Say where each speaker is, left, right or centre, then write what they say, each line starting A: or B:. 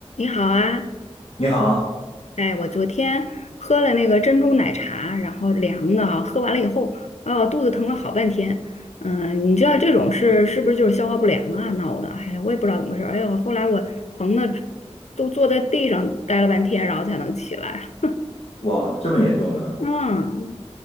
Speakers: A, on the left; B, on the left.
A: 你好啊，
B: 你好，
A: 哎，我昨天喝了那个珍珠奶茶，然后凉的啊，喝完了以后，哦，肚子疼了好半天。嗯，你知道这种是是不是就是消化不良啊闹的？哎呀我也不知道怎么回事儿。哎呦，后来我疼的都坐在地上待了半天，然后才能起来。
B: 哇，这么严重呢？
A: 嗯。